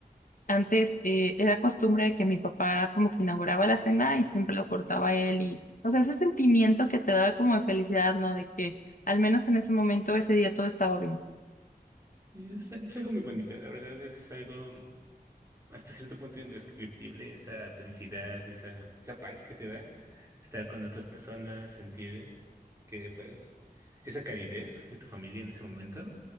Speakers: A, on the left; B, on the right.
A: antes eh, era costumbre que mi papá como que inauguraba la cena y siempre lo cortaba él y, o sea, ese sentimiento que te da como de felicidad, ¿no? De que al menos en ese momento, ese día todo estaba bien.
B: Y es, es algo muy bonito, la verdad es algo, hasta cierto punto indescriptible esa felicidad, esa, esa paz que te da estar con otras personas, sentir que pues esa calidez de tu familia en ese momento.